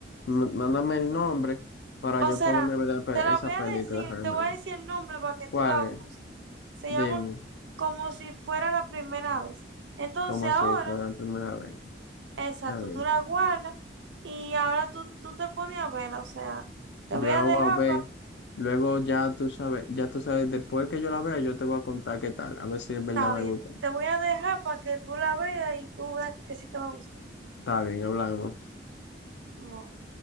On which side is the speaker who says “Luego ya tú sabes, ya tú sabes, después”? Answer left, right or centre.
Left